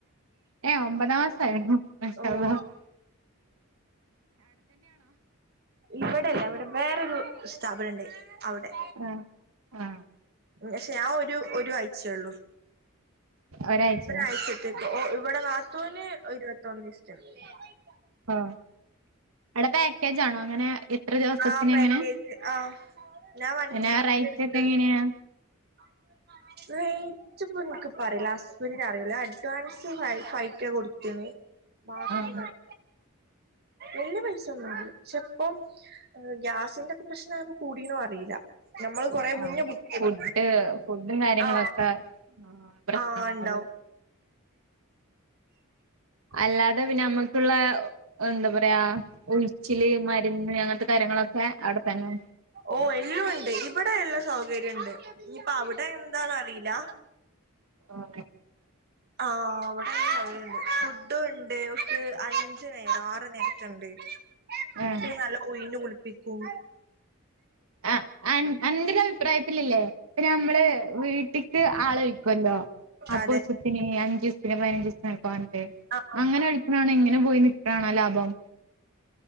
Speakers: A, on the right; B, on the right.
A: ഏ ഒമ്പതാംസായായിരുന്നോ?
B: ഓഹ്
A: <unintelligible>
B: ഇല്ലടെ അവിടെ വേറൊരു സ്ഥാപനിണ്ട്. അവിടെ
A: ആഹ് ആഹ്
B: പക്ഷെ ഞ ഒരു ഒരു ആഴ്ചയള്ളൂ
A: ഒരാഴ്ചയോ
B: ഒരാഴ്ചത്തേക്ക് ഓഹ് ഇവിടെ നത്തുന് ഇരുപത്തൊ <unintelligible>
A: ആ അവിടെ പാക്കേജാണോ അങ്ങനെ എത്ര ദിവസത്തിന്
B: ആ പാക്കേജ്
A: എങ്ങനെ
B: ആ ഞാൻ വൺ
A: പിന്നെ
B: വീക്കിന്റെ
A: റേറ്റ്
B: എടുത്ത്
A: ഒക്കെ എങ്ങനെയാ
B: <unintelligible> എനക്ക് പറയില്ല ഹസ്ബൻഡിന് അറിയൂല അഡ്വാൻസ് ഫൈക്ക കൊടുത്തന് മാസ
A: ആഹ്
B: വ <unintelligible> എന്ത് പൈസൊന്നതീ ക്ഷെ ഇപ്പം ഗ്യാസിന്റെ ക്കെ പ്രശ്നപ്പോ കൂടിയോന്നും അറിയില്ല നമ്മള് കൊറെ
A: ആണോ
B: മുന്നേ ബുക്ക്
A: ഫുഡ്
B: ചെയ്ത്
A: ഫുഡും കാര്യങ്ങളൊക്കെ
B: ആ
A: പ്രശ്നങ്ങള
B: ആ ഉണ്ടാവും
A: അല്ലാതെ പിന്നെ നമ്മുക്കുള്ള എന്താ പറയാ ഉഴിച്ചില് മരുന്ന് അങ്ങനത്തെ കാര്യങ്ങളൊക്കെ അവിടെത്തന്നെ
B: ഓ എല്ലാം ഉണ്ട് ഇവിടെ എല്ലാ സൗകര്യം ണ്ട് ഇ അപ്പൊ അവിടെ എന്താന്ന അറിയില്ല
A: ഓക്കെ
B: ആ അവിടൊക്കെ ഫുഡും ണ്ട് ഒ അഞ്ചു നേരം ആറ് നേരക്ക ണ്ട് <unintelligible>
A: ആഹ്
B: പ്പിക്കും
A: ആ അന്ന അന്റെ അഭിപ്രായത്തിലില്ലേ പ്പ നമ്മള് വീട്ടിക്ക് ആളെ വയ്ക്കുല്ലോ പത്തുദിവസത്തിനു
B: അതെ
A: അഞ്ച് <unintelligible> ക്കാനട്ട്
B: ആഹ്
A: അങ്ങനെ വിളിക്കണതാണോ ഇങ്ങനെ അങ്ങനെ പോയി നിക്കണോ ലാഭം.